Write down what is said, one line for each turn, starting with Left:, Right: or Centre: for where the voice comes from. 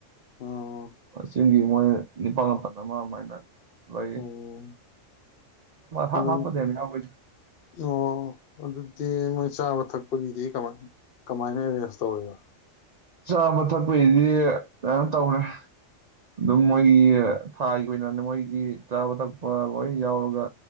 Left: ꯑꯥ
Right: ꯆꯤꯡꯒꯤ ꯃꯣꯏ ꯅꯤꯄꯥꯜ ꯃꯥꯄꯜ ꯑꯃ ꯑꯗꯨꯃꯥꯏꯅ ꯂꯩ
Left: ꯑꯣ
Right: ꯍꯥꯞ
Left: ꯑꯗꯨꯝ
Right: ꯍꯥꯞꯄꯗ ꯌꯥꯝ ꯌꯥꯎꯒꯤꯗ
Left: ꯑꯣ ꯑꯗꯨꯗꯤ ꯃꯣꯏ ꯆꯥꯕ ꯊꯛꯄꯒꯤꯗꯤ ꯀꯃꯥꯏꯅ ꯑꯦꯔꯦꯟꯖ ꯇꯧꯔꯤꯕ
Right: ꯆꯥꯕ ꯊꯛꯄꯒꯤꯗꯤ ꯃꯌꯥꯝꯇꯧꯔꯦ ꯑꯗꯨꯝ ꯃꯣꯏꯒꯤ ꯊꯥꯒꯤ ꯑꯣꯏꯅꯅꯦ ꯃꯣꯏꯒꯤ ꯆꯥꯕ ꯊꯛꯄ ꯂꯣꯏ ꯌꯥꯎꯔꯒ